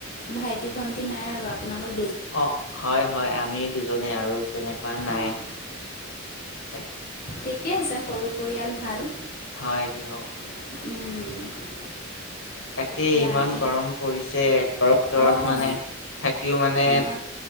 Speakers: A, on the left (about 45°); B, on the left (about 65°).
A: ভাইটি ভণ্টি নাই আৰু আপনালক
B: অ হয় হয় আমি দুজনে আৰু তেনেকুৱা নাই
A: অঁ,
B: ত
A: ঠিকেই আছে সৰু পৰিয়াল ভাল
B: হয় দিয়ক
A: উম
B: তাকে
A: সেয়া
B: ইমান
A: এতিয়া
B: গৰম পৰিছে তৰত
A: অঁ
B: মানে থ কিয় মানে
A: বা